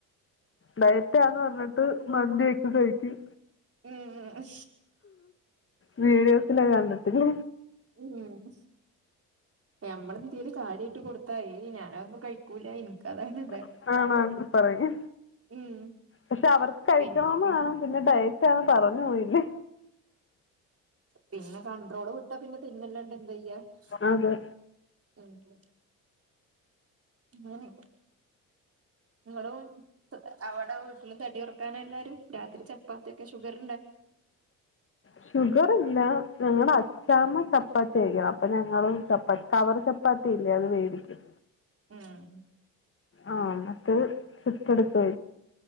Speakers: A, on the left; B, on the right.
A: ഡയറ്റാന്ന് പറഞ്ഞ്ട്ട് മന്തിയെക്കെ കഴിക്കും
B: <inaudible> മ്മ്
A: <inaudible> തില് കണ്ടിട്ടില്ല
B: മ് ഞമ്മളെന്തേലും കാര്യായിട്ട് കൊടുത്താ ഏയ്‌ ഞാനതൊന്നും കഴിക്കൂല ഇന്ക്കതാണ്
A: <unintelligible> ആണാ പറയ്
B: ഉം
A: പക്ഷെ അവർക്ക് കഴിക്കണോന്ന്
B: പിൻ
A: കാണും പിന്നെ ഡയറ്റാന്ന് പറഞ്ഞു പോയില്ലേ
B: പിന്നെ കൺണ്ട്രോള് വിട്ടാ പിന്നെ തിന്നല്ലാണ്ട് എന്തായ്യാ <inaudible>
A: അതെ
B: ങ്ങനെ ങ്ങളും ത അവടെ വീട്ടിലും തടി കുറക്കാനാ എല്ലാരും രാത്രി ചപ്പാത്തിയൊക്കെ ഷുഗർ
A: ഷുഗർ ഇല്ല ഞങ്ങടെ അച്ചാമ്മ ചപ്പാത്തി കയിക്കണം അപ്പൊ ഞങ്ങളും ചപ്പാത്തി കവർ ചപ്പാത്തി ഇല്ലേ അത് വേടിക്കും
B: മ്
A: ആഹ് മറ്റേത് ചുറ്റെട്ക്കുവാ